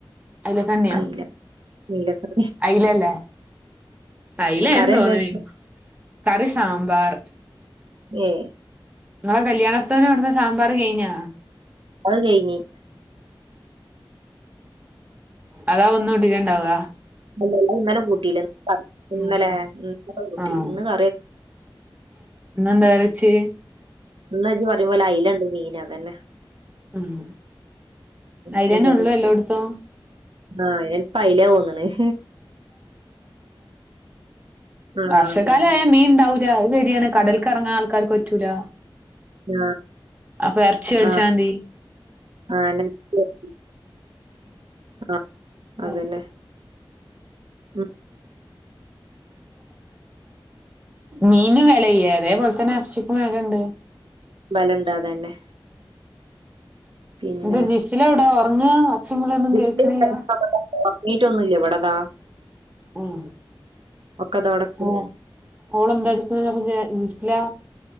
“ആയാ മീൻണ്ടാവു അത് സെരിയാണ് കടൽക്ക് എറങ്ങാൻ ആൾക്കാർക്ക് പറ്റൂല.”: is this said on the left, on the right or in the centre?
Right